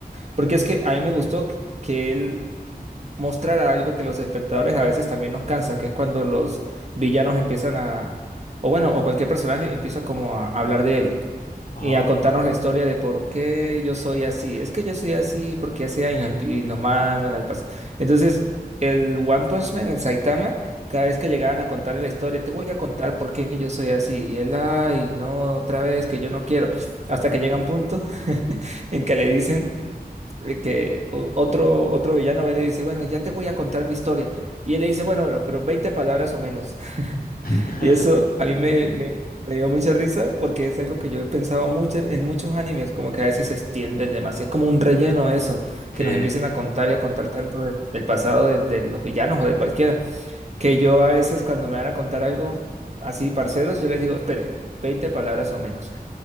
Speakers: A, on the right; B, on the left.
A: Porque es que a mí me gustó que que él mostrara algo que los espectadores a veces también nos cansa, que es cuando los villanos empiezan a, o bueno, o cualquier personaje empieza como a hablar de él
B: ajá.
A: y a contarnos la historia de por qué yo soy así. Es que yo soy así porque así hay y nos, empi- y nos mandan al pasado. Entonces, el One Punch Man, el Saitama, cada vez que llegaban a contarle la historia, te voy a contar por qué yo soy así. Y él, ay, no, otra vez, que yo no quiero. Hasta que llega un punto <laughs> en que le dicen eh, que o- otro, otro villano ve y le dice, bueno, ya te voy a contar mi historia. Y él le dice, bueno, pero, pero 20 palabras o menos.
B: <laughs>
A: Y eso a mí me, me, me dio mucha risa porque es algo que yo he pensado mucho en muchos animes, como que a veces se extienden demasiado. Es como un relleno eso,
B: Sí,
A: que nos empiecen a contar y a contar tanto de- del pasado de, de los villanos o de cualquiera, que yo a veces cuando me van a contar algo así, parceros, yo les digo, espere, 20 palabras o menos.